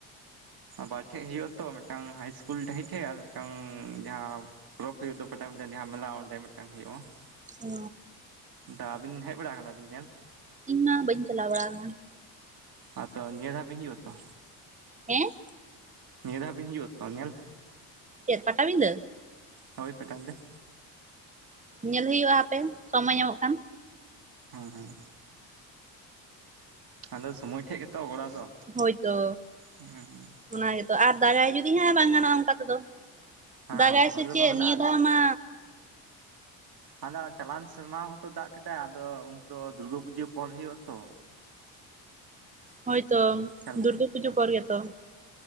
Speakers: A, on the right (about 50°); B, on the right (about 15°).
A: ᱵᱟᱨ ᱴᱷᱮᱡ ᱦᱩᱭᱩᱜᱼᱟ ᱛᱚ ᱢᱤᱫᱴᱟᱝ ᱦᱟᱭ ᱤᱥᱠᱩᱞ ᱰᱟᱹᱦᱤ ᱴᱷᱮᱡ ᱟᱨ ᱢᱤᱫᱴᱟᱝ ᱡᱟᱦᱟᱸ ᱯᱚᱨᱚᱵᱽ ᱦᱩᱭᱩᱜ ᱫᱚ ᱡᱟᱦᱟᱸ ᱯᱟᱴᱟ ᱵᱤᱸᱫᱟᱹ ᱡᱟᱦᱟᱸ ᱢᱮᱞᱟ ᱚᱸᱰᱮ ᱢᱤᱫᱴᱟᱝ ᱦᱩᱭᱩᱜᱼᱟ ᱾
B: ᱚ᱾
A: ᱰᱟ ᱟᱹᱵᱤᱱ ᱦᱮᱡ ᱵᱟᱲᱟ ᱠᱟᱱᱟ ᱵᱤᱱ ᱧᱮᱞ?
B: ᱤᱧ ᱢᱟ ᱵᱟᱹᱧ ᱪᱟᱞᱟᱣ ᱵᱟᱲᱟ ᱠᱟᱱ ᱾
A: ᱟᱛᱚ ᱱᱤᱭᱟᱹ ᱫᱷᱟᱣ ᱵᱤᱱ ᱦᱤᱡᱤᱜ ᱟᱛᱚ?
B: ᱦᱮᱸ?
A: ᱱᱤᱭᱟᱹ ᱫᱷᱟᱣ ᱵᱤᱱ ᱦᱤᱡᱩᱜᱼᱟ ᱛᱚ ᱧᱮᱞ?
B: ᱪᱮᱫ ᱯᱟᱴᱟᱵᱤᱫᱟᱹ?
A: ᱦᱳᱭ ᱯᱟᱴᱟᱵᱤᱸᱫᱟᱹ
B: ᱧᱮᱞ ᱦᱩᱭᱩᱜᱼᱟ ᱦᱟᱯᱮᱱ ᱥᱚᱢᱚᱭ ᱧᱟᱢᱚᱜ ᱠᱷᱟᱱ᱾
A: ᱦᱩᱸ ᱦᱩᱸ ᱟᱫᱚ ᱥᱚᱢᱚᱭ ᱴᱷᱮᱡ ᱜᱮᱛᱚ ᱜᱚᱲᱟ ᱫᱚ᱾
B: ᱦᱳᱭᱛᱚ
A: ᱦᱮᱸ ᱦᱮᱸ
B: ᱚᱱᱟ ᱜᱮᱛᱚ ᱟᱨ ᱫᱟᱨᱟᱭ ᱡᱩᱫᱤ ᱦᱮᱸ ᱵᱟᱝ ᱜᱟᱱᱚᱜᱼᱟ ᱚᱱᱠᱟ ᱛᱮᱫᱚ᱾
A: ᱦᱮᱸ
B: ᱫᱟᱜᱟᱭ
A: ᱱᱚᱝᱠᱟ
B: ᱥᱮ
A: ᱫᱚ
B: ᱪᱮᱫ
A: ᱵᱟᱝ ᱠᱟᱱᱟ
B: ᱱᱤᱭᱟᱹ ᱫᱷᱟᱣ ᱢᱟ
A: ᱦᱟᱸᱱᱮ ᱪᱞᱟᱣᱮᱱ ᱥᱮᱨᱢᱟ ᱦᱚᱸᱛᱚ ᱫᱟᱜ ᱠᱮᱫᱟᱭ ᱟᱫᱚ ᱩᱱᱫᱚ ᱫᱩᱨᱜᱟᱹ ᱯᱩᱡᱟᱹ ᱯᱚᱨ ᱦᱩᱭᱩᱜ ᱟᱛᱚ᱾
B: ᱦᱳᱭᱛᱚ
A: ᱦᱮᱸ
B: ᱫᱩᱨᱜᱟᱹ ᱯᱩᱡᱟᱹ ᱯᱚᱨ ᱜᱮᱛᱚ᱾